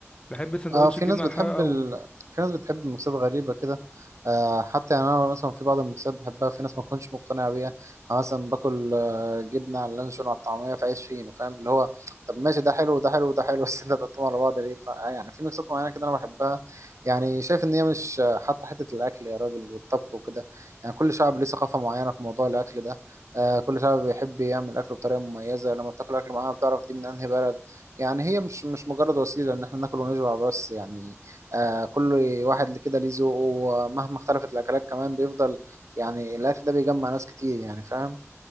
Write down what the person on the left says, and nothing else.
بحب سندوتش
الجبنه
على الحلاوه قوي